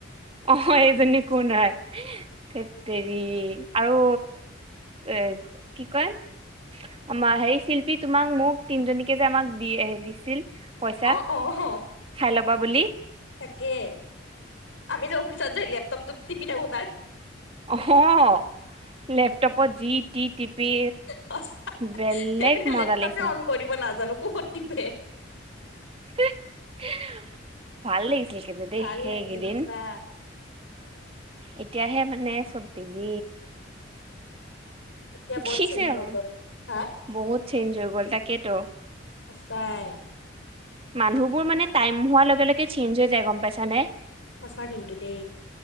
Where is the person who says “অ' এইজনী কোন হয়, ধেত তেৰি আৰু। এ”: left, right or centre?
Right